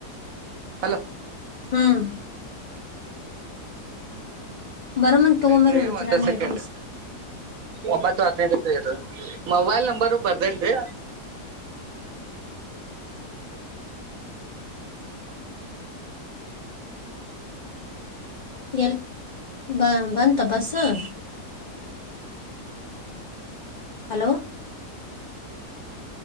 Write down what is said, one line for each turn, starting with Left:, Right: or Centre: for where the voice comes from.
Right: ಅಲ <inaudible>
Left: ಹಾ <unintelligible> ವರಮನ್ ತಗೋ
Right: ತಡ್ರಿ
Left: ಮ್ರ ಒನ ಕರಾನಿ
Right: ಒಂದೇ ಸೆಕೆಂಡ್
Left: ಐಟಮಸ್ <inaudible>
Right: ಒಂಬತ್ತು ಹದ್ಿನೈದು ಇ ಮೊಬೈಲ್ ನಂಬರು ಬರ್ದೇನ್ ರೀ
Left: ಎಲ್ ಬ ಬಂತ bus <inaudible> hello